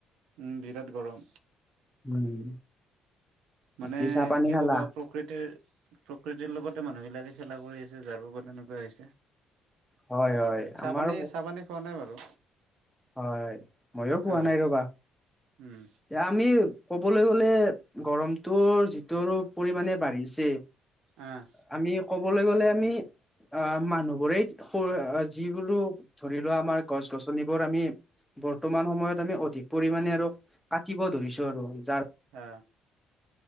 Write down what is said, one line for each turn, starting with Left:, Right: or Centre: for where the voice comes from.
Right: উম বিৰাট গৰম
Centre: উম বাকী
Right: মানে
Centre: চাহ পানী
Right: কি
Centre: খালা
Right: ক'বা প্ৰকৃতিৰ প্ৰকৃতিৰ লগতে মানুহ বিলাকে খেলা কৰি আছে যাৰ বাবে এনেকুৱা হৈছে।
Centre: হয় হয়
Right: চাহ
Centre: আমাৰ
Right: পানী চাহপানী খোৱা নাই বাৰু
Centre: হয় ময়ো খোৱা
Right: আহ
Centre: নাই ৰবা
Right: উম
Centre: এ আমি কবলৈ গলে গৰমটো যিটো পৰিমানে বাঢ়িছে
Right: অ
Centre: আমি কবলৈ গ'লে আমি অ মানুহ বোৰেই যিবোৰো ধৰি লোৱা আমাৰ গছ গছনি বোৰ আমি বৰ্তমান সময়ত আমি অধিক পৰিমণে আৰু কাটিব ধৰিছো আৰু যাৰ
Right: অ